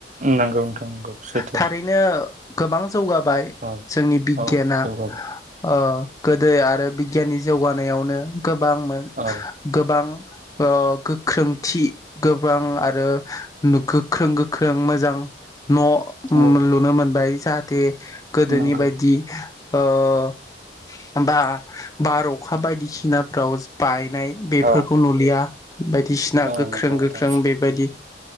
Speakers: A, on the right; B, on the left.
A: नंगौ नोंथां नंगौ सैथो।
B: थारैनो गोबां जौगाबाय
A: औ
B: जोंनि बिगियाना
A: औ जौगाबाय
B: ओ। गोदो आरो बिगियाननि जौगानायावनो। गोबां मोन
A: औ
B: गोबां ओ। खोमथि गोबां आरो नुगो। गोख्रों गोख्रों मोजां न'
A: औ
B: लुनो मोनबाय। दे गोदोनि
A: नंगौ
B: बायदि बा बार अखा बायदिसिनाफ्राव बाय नाय बेफोरखौ
A: औ
B: नुलिया। बाय बायदिसिना
A: औ
B: गोख्रों
A: नंगौ नोंथां
B: गोख्रों बेबायदि